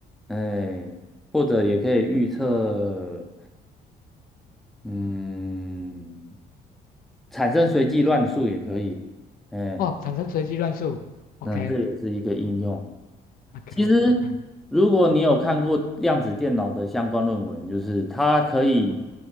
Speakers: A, in the centre; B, on the left.
A: 哎，或者也可以预测，嗯，产生随机乱数也可以，哎，
B: 哦，产生随机乱数，OK
A: 嗯，这也是一个应用。
B: OK，
A: 其实，
B: 嗯
A: 如果你有看过量子电脑的相关论文，就是它可以